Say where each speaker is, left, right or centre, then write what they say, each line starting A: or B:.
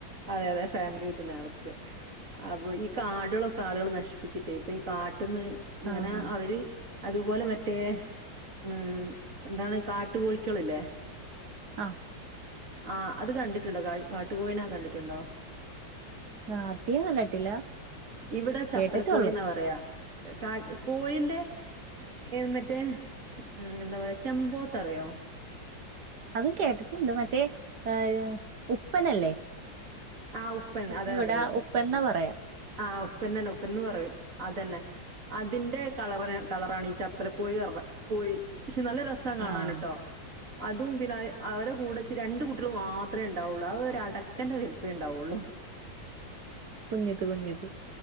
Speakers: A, on the right; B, on the right.
A: അതെ അതെ ഫാമിലി ആയിട്ട് തന്നെ നടക്ക അപ്പൊ ഈ കാടുകളൊക്കെ ആളുകൾ നശിപ്പിച്ചിട്ടേ ഇപ്പൊ ഈ കാ ട്ട്ന്ന് ഇങ്ങനെ
B: ആഹ്
A: അവര് അതുപോലെ മറ്റേ ഉം എന്താണ് കാട്ട് കോഴിക്കള്ല്ലേ
B: അ
A: ആ അത് കണ്ട്ട്ട് ട്ടുണ്ടോ കാട്ടുകോഴിനെ കണ്ടിട്ടുണ്ടോ
B: ആ അത് ഞാൻ കണ്ടില്ല
A: ഇവിടെ ചപ്പലക്കോഴി
B: കേട്ടിട്ടോള്ളു
A: എന്നാ പറയാ കാ കോഴിന്റെ എ മറ്റേ മ് എന്താ പറയാ ചെമ്പോത്തറിയോ
B: അതും കേട്ടിട്ട്ണ്ട് മറ്റേ ഏ ഉപ്പനല്ലേ
A: ആ ഉപ്പൻ
B: അതിന്റെ
A: അതെ
B: ഇവിടെ
A: അതെ അതെ
B: ഉപ്പന്നാ പറയാ
A: ആ ഉപ്പൻ തന്നെ ഉപ്പൻന്ന് പറയും അതെന്നെ അതിന്റെ കളർ കളറാണ് ഈ ചപ്പല കോഴിപറഞ്ഞത് കോഴി പക്ഷെ നല്ല രസ കാണാന്ട്ടോ
B: ആഹ്
A: അതും പിന്നെ അവരെ കൂടെച്ച് രണ്ടു കുട്ടികൾ മാത്രമേ ഉണ്ടാവുള്ളൂ അത് അടക്കന്റെ വലുപ്പ പ്പെ ഇണ്ടാവുള്ളു
B: കുഞ്യത് കുഞ്യത്